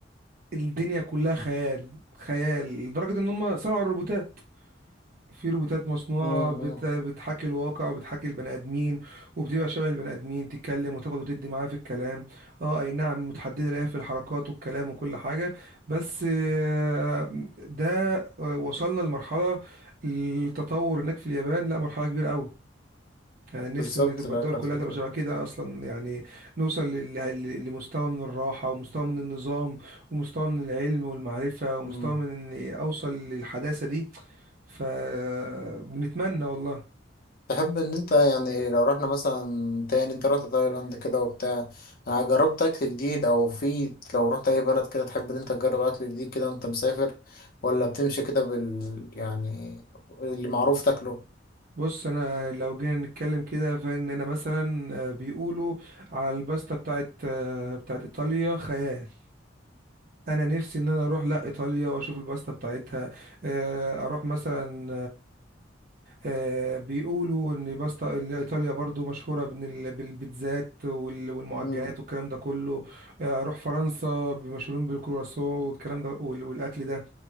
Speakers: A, on the right; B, on the left.
A: الدنيا كلها خيال خيال لدرجة ان هم صنعوا الروبوتات في روبوتات مصنوعة
B: أمم،
A: بت... بتحاكي الواقع وبتحاكي البني آدمين وبتبقى شبه البني آدمين تتكلم وتاخد وتدي معاه في الكلام اه اي نعم متحددة ليها في الحركات والكلام وكل حاجة بس آه، ده آه، وصلنا لمرحلة التطور هناك في اليابان لا مرحلة كبيرة قوي يعني
B: بالظبط
A: نفسي ان تبقى
B: بقى
A: الدول
B: كانت
A: كلها
B: فكرة
A: تبقى شبه كده اصلا يعني نوصل لل- لل- لمستوى من الراحه ومستوى من النظام ومستوى من العلم والمعرفه ومستوى
B: أمم.
A: من اني اوصل للحداثه دي فبنتمنى والله
B: تحب إن أنت يعني لو رحنا مثلا تاني أنت رحت تايلاند كده وبتاع آه، جربت أكل جديد أو في لو رحت أي بلد كده تحب إن أنت تجرب أكل جديد كده وأنت مسافر ولا بتمشي كده بال يعني اللي معروف تاكله؟
A: بص انا لو جينا نتكلم كده فان انا مثلا آه، بيقولوا على الباستا بتاعت آه، بتاعت ايطاليا خيال انا نفسي ان انا اروح لا ايطاليا واشوف الباستا بتاعتها آه، اروح مثلا آه، بيقولوا ان باستا إن ايطاليا برضو مشهوره بإن ال- بالبيتزات وال- والمعجنات
B: أمم.
A: والكلام ده كله آه، اروح فرنسا مشهورين بالكرواسون والكلام ده وال- والاكل ده